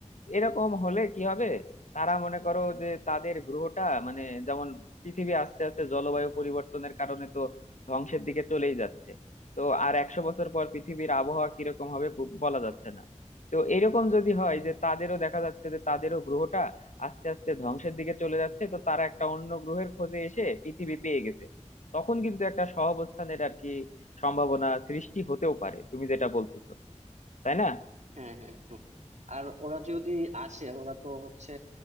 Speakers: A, on the left; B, on the right.
A: এরকম হলে কি হবে তারা মনে করো যে তাদের গ্রহটা মানে যেমন পৃথিবী আস্তে আস্তে জলবায়ু পরিবর্তনের কারণে তো ধ্বংসের দিকে চলেই যাচ্ছে তো আর একশো বছর পর পৃথিবীর আবহাওয়া কিরকম হবে ব- বলা যাচ্ছে না তো এরকম যদি হয় যে তাদেরও দেখা যাচ্ছে যে তাদেরও গ্রহটা আস্তে আস্তে ধ্বংসের দিকে চলে যাচ্ছে তো তারা একটা অন্য গ্রহের খোঁজে এসে পৃথিবী পেয়ে গেছে তখন কিন্তু একটা সহাবস্থানের আর কি সম্ভাবনা সৃষ্টি হতেও পারে তুমি যেটা বলতেছো তাই না
B: হ্যাঁ হ্যাঁ হ্যাঁ আর ওরা যদি আসে ওরা তো হচ্ছে